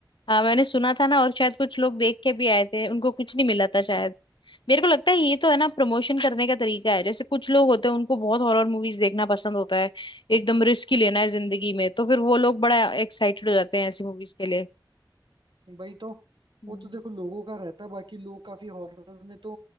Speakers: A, on the left; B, on the right.
A: हाँ मैंने सुना था ना और शायद कुछ लोग देख के भी आए थे उनको कुछ नहीं मिला था शायद मेरे को लगता है ये तो है ना प्रमोशन करने का तरीका है जैसे कुछ लोग होते हैं उनको बहुत हॉरर मूवीज देखना पसंद होता है एकदम रिस्क ही लेना है जिंदगी में तो फिर वो लोग बड़ा एक्साइटेड हो जाते हैं ऐसी मूवीज के लिए
B: वही तो
A: हम्म
B: वो तो देखो लोगों का रहता है बाकी लोग काफी हॉरर में तो